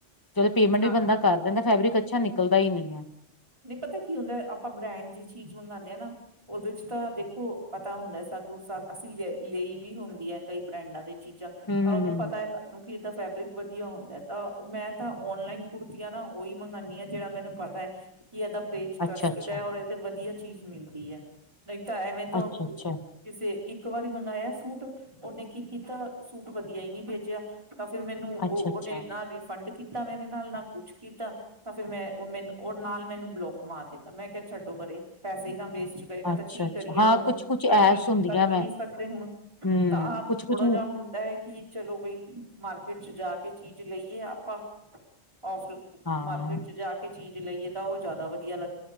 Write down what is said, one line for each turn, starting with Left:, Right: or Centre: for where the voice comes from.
Left: ਜਦੋਂ ਪੇਮੈਂਟ ਵੀ
Right: ਹਾਂ
Left: ਬੰਦਾ ਕਰ ਦਿੰਦਾ ਫੈਬਿਕ ਅੱਛਾ ਨਿਕਦਾ ਪ ਹੀ ਨਹੀਂ ਹੈ
Right: ਨਹੀਂ ਪਤਾ ਕੀ ਹੁੰਦਾ ਆਪਾਂ ਬ੍ਰਾਂਡ ਦੀ ਚੀਜ਼ ਮੰਗਵਾਦੇ ਆ ਨਾ ਉਹਦੇ ਚ ਤਾਂ ਦੇਖੋ ਪਤਾ ਹੁੰਦਾ ਸਾਨੂੰ ਅਸੀਂ ਲ ਲਈ ਵੀ ਹੁੰਦੀ ਆ ਕਈ ਬ੍ਰਾਂਡਾਂ ਦੇ ਚੀਜ਼ਾਂ
Left: ਹੂੰ-ਹੂੰ-ਹੂੰ
Right: ਤਾਂ ਉਹਨੂੰ ਪਤਾ ਹੈ, ਸਾਨੂੰ ਇਹਦਾ ਫੈਬਰਿਕ ਵਧੀਆ ਹੁੰਦਾ ਹੈ, ਤਾਂ ਮੈਂ ਤਾਂ ਓਨਲਾਈਨ ਕੁੜਤੀਆਂ ਨਾ ਉਹੀ ਮੰਗਉਂਦੀ ਹਾਂ ਜਿਹੜਾ ਮੈਨੂੰ ਪਤਾ ਹੈ ਕਿ ਇਹਦਾ ਪੇਜ ਟਸਟਡ
Left: ਅੱਛਾ-ਅੱਛਾ
Right: ਹੈ, ਔਰ ਇਹਦੇ ਵਧੀਆ ਚੀਜ਼ ਮਿਲਦੀ ਹੈ ਨਹੀਂ ਤਾਂ ਐਵੇਂ ਤੋਂ
Left: ਅੱਛਾ-ਅੱਛਾ
Right: ਕਿਸੇ ਇੱਕ ਇੱਕ ਵਾਰੀ ਮੰਗਾਇਆ ਸੂਟ ਉਹਨੇ ਕੀ ਕੀਤਾ ਸੂਟ ਵਧੀਆ ਹੀ ਨਹੀਂ ਭੇਜਿਆ ਤਾਂ ਫੇਰ ਮੈਨੂੰ ਉਹ
Left: ਅੱਛਾ-ਅੱਛਾ
Right: ਉਹਨੇ ਰਿਫੰਡ ਕੀ ਕੀਤਾ ਮੇਰੇ ਨਾਲ ਨਾ ਕੁਛ ਕੀਤਾ ਤਾਂ ਫੇਰ ਮੈਂ ਉਹ ਮੈਨੂੰ ਉਹ ਨਾਲ ਮੈਨੂੰ ਬਲੋਕ ਮਾਰ ਦਿੱਤਾ ਮੈਂ ਕਿਹਾ ਛੱਡੋ ਪਰਰੇ ਪੈਸੇ ਦਾਂ ਵੇਸਟ ਗਏ ਨਾ ਤਾਂ
Left: ਅੱਛਾ-ਅੱਛਾ
Right: ਕੀ ਕਰੀਏ
Left: ਹਾਂ
Right: ਹੁਣ
Left: ਕੁਛ-ਕੁਛ
Right: ਕਰ
Left: ਐਪਸ
Right: ਵੀ
Left: ਹੁੰਦੀਆਂ
Right: ਕਰ ਵੀ
Left: ਮੈਂ
Right: ਨਹੀ ਸਕਦੇ ਹੁਣ
Left: ਹੂੰ
Right: ਤਾਂ ਆਹ
Left: ਕੁਛ-ਕੁਛ
Right: ਥੋੜਾ ਜਿ ਹੁੰਦਾ ਹੈ ਕਿ ਚਲੋ ਬਈ ਮਾਰਕੀਟ ਚ ਜਾ ਕੇ ਚੀਜ਼ ਲਈਏ ਆਪਾਂ ਓਫ਼
Left: ਹਾਂ
Right: ਮਾਰਕੀਟ ਚ ਜਾ ਕੇ ਚੀਂ ਜ ਲਈਏ ਤਾਂ ਉਹ ਜ਼ਿਆਦਾ ਵਧੀਆ ਲੱਗ